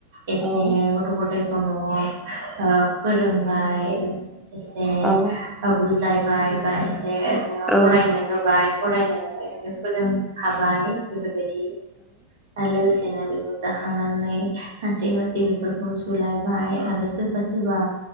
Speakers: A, on the right; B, in the centre.
A: एसे
B: औ औ
A: गथ' गथाय द न'आव ओ फोरोंबाय गोसे
B: औ
A: बुजाय बाय बाय जे जोङो फरायनो
B: औ
A: होबाय फरायनायाव ए से फोरोंफाबाय <unintelligible> दि आरो लोगोसे जेने बुजा खांनानै हांसेै बाथि बेफोर बसलायबाय आरो सोरबा सोरबा